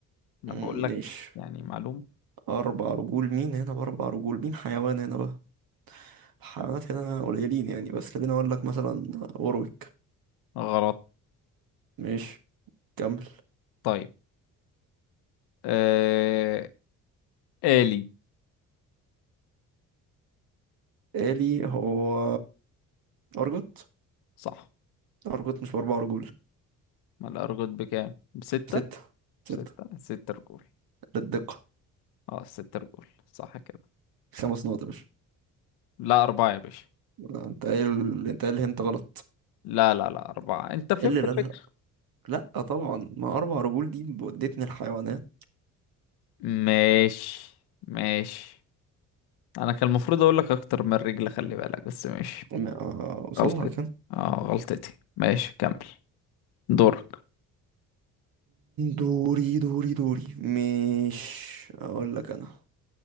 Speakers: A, on the left; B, on the right.
A: انا
B: مم،
A: بقول لك
B: ماشي
A: يعني معلومة
B: أربع رجول مين هنا بأربع رجول مين حيوان هنا بقى الحيوانات هنا قليلين يعني بس خليني أقول لك مثلا وروك
A: غلط
B: ماشي كمل
A: طيب آه... آلي
B: آلي هو أرجوت
A: صح
B: أرجوت مش بأربع رجول
A: ما الأرجل بكام؟ بستة؟
B: ستة
A: بستة؟
B: ستة
A: ستة رجول
B: للدقة
A: اه ستة رجول صح كده
B: خمس نقط يا باشا
A: لا أربعة يا باشا
B: لا، انت قايل انت قايل انت غلط
A: لا لا لا أربعة أنت فهمت
B: ايه اللي لا
A: الفكرة
B: لا لا طبعا ما اربع رجول دي ودتني الحيوانات
A: ماشي ماشي أنا كان المفروض أقول لك أكتر من رجل خلي بالك بس ماشي
B: ما اوصلها
A: غلطتي
B: كان
A: اه غلطتي ماشي كمل دورك
B: دوري دوري دوري مش اقول لك انا